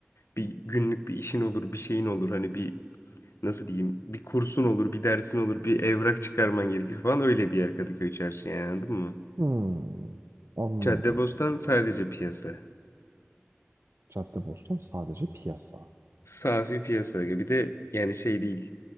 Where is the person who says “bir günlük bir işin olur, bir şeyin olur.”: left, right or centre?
Left